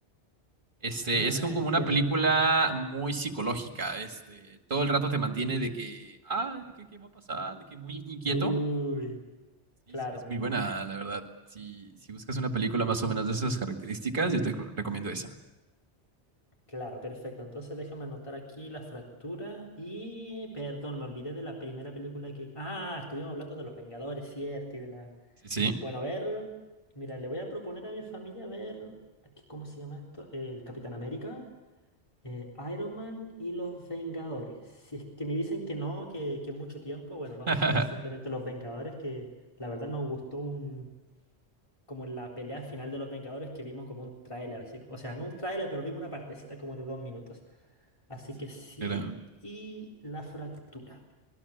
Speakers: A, on the right; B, on the left.
A: Este,
B: Ah,
A: es como
B: entiendo.
A: una película muy psicológica, este, todo el rato te mantiene de que, ah, de que, ¿qué va a pasar? De que muy inquieto.
B: Uy,
A: Sí,
B: claro,
A: sí, es muy buena, la verdad. Si, si buscas una película más o menos de esas características, yo te co- recomiendo esa.
B: claro, perfecto. Entonces déjame anotar aquí la fractura y, perdón, me olvidé de la primera película que... Ah, estuvimos hablando de Los Vengadores, ¿cierto? Y de la...
A: Sí, sí.
B: Bueno, a ver, mira, le voy a proponer a mi familia ver, aquí, ¿cómo se llama esto? Eh, El Capitán América, eh, Iron Man y los Vengadores. Si es que me dicen que no, que, que es mucho tiempo, bueno, vamos
A: <laughs>
B: a ver simplemente los Vengadores, que la verdad nos gustó un, como la pelea final de los Vengadores que vimos como un tráiler, así, o sea, no un tráiler, pero vimos una partecita como de dos minutos. Así
A: Sí,
B: que sí,
A: sí, claro.
B: y la fractura.